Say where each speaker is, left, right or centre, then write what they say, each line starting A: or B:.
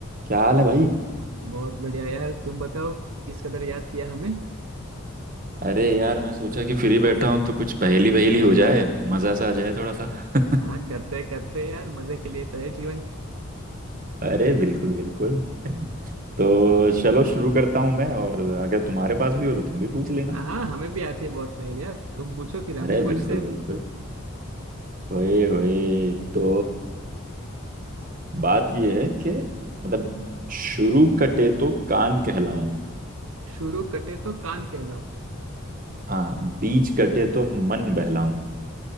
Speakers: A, on the right (about 40°); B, on the right (about 70°).
A: क्या हाल है भाई
B: बहुत बढ़िया यार तुम बताओ किस कदर याद किया हमें
A: अरे यार मैं सोचा कि फ्री बैठा हूँ तो कुछ पहेली वहेली हो जाए मजा सा आ जाए थोड़ा सा <laughs>
B: हाँ करते करते यार मजे के लिए तो है जीवन
A: अरे बिल्कुल बिल्कुल तो चलो शुरू करता हूं मैं और अगर तुम्हारे पास भी हो तो तुम भी पूछ लेना
B: हाँ हाँ हमें भी आती है बहुत पहेली यार तुम पूछो फिर हम
A: अरे
B: भी पूछते
A: बिल्कुल
B: हैं।
A: बिल्कुल होए होए तो बात यह है कि मतलब शुरू कटे तो कान कहलाऊं
B: शुरू कटे तो कान कहलाओ
A: हाँ बीच कटे तो मन बहलाऊं